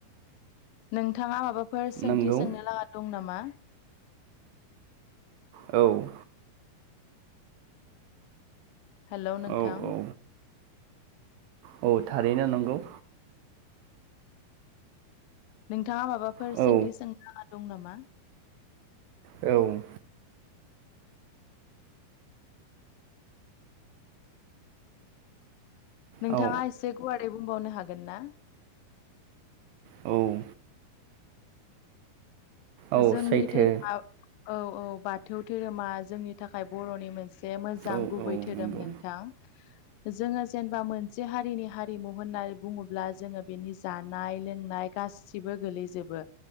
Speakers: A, on the left; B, on the right.
A: नोंथाङा माबाफोर सोंथि
B: नंगौ
A: सोंनो लागा दं नामा?
B: औ।
A: हेलौ नोंथां
B: औ औ औ थारैनो नंगौ
A: नोंथाङा माबाफोर
B: औ
A: सोंथि सोंनो लागा दं नामा?
B: औ
A: नोंथाङा
B: औ
A: एसे गुवारै बुंबावनो हागोन ना?
B: औ औ
A: जोंनि
B: सैथो
A: धोरोमा औ औ बाथौ धोरोमा जोंनि थाखाय बर'नि मोनसे से मोजां
B: औ
A: गुबै
B: औ
A: धोरोम
B: नंगौ
A: नोंथां जोङो जेनबा मोनसे हारिनि हारिमु होननानै बुङोब्ला जोङो बेनि जानाय लोंनाय गासिबो गोलैजोबो